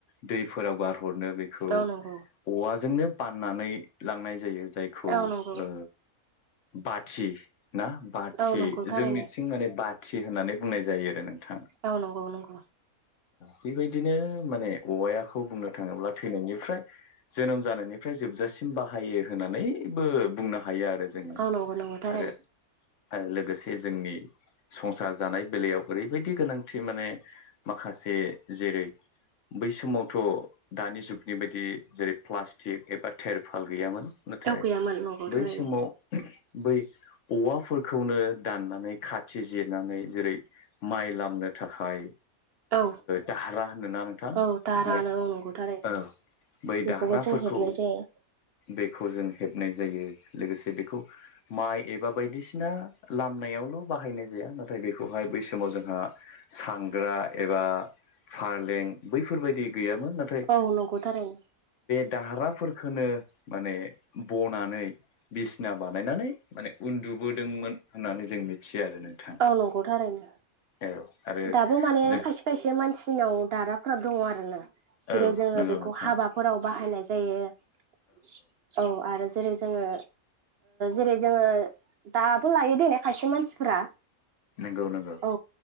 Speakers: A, on the left; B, on the right.
A: दैफोराव गार हरनो बेखौ
B: औ नंगौ
A: औवाजोंनो बाननानै लांनाय जायो। जायखौ
B: औ नंगौ
A: ओ बाथि ना बाथि
B: औ नंगौ थारैनो
A: जोंनिथिं माने बाथि होननानै बुंनाय जायो आरो नोंथाङा
B: औ नंगौ नंगौ
A: बेबायदिनो माने औवायाखौ बुंनो थाङोब्ला थैनायनिफ्राय जोनोम जानायनिफ्राय जोबजासिम बाहायो होननानैबो बुंनो हायो आरो जोङो
B: औ नंगौ नंगौ थारैनो
A: आरो आरो लोगोसे जोंनि संसार जानाय बेलायाव ओरैबायदि गोनांथि माने माखासे जेरै बै समावथ' दानि जुगनि बायदि जेरै प्लास्टिक एबा थेरफाल गैयामोन नाथाय
B: औ गैयामोन नंगौ
A: बै
B: थारैनो
A: समाव बै औवाफोरखौनो दाननानै खाथि जिरनानै जेरै माइ लामनो थाखाय
B: औ
A: दाहारा होननो ना नोंथां
B: औ दारानो
A: बै
B: औ नंगौ थारैनो
A: औ बै
B: बेखौबो
A: दाह्राफोरखौ
B: जों हेबनाय जायो
A: बेखौ जों हेबनाय जायो लोगोसे बेखौ माइ एबा बायदिसिना लामनायावल' बाहायनाय जाया नाथाय बेखौहाय बै समाव जों जोंहा सांग्रा एबा फारें बैफोरबायदि गैयामोन नाथाय
B: औ नंगौथारैनो
A: दाहाराफोरखोनो माने बनानै बिसना बानायनानै माने उन्दुबोदोंमोन होननानै जों मिथि यो आरो नोंथां
B: औ नंगौ थारैनो
A: औ आरो
B: दाबो माने
A: जों
B: खायसे खायसे मानसिनियाव दाराफ्रा दङ आरो ना जेरै
A: औ
B: जोङो
A: नंगौ
B: बेखौ
A: नोंथां
B: हाबाफोराव बाहायनाय जायो औ आरो जेरै जोङो जेरै जोङो दाबो लायो दै खायसे मानसिफोरा
A: नंगौ नंगौ
B: औ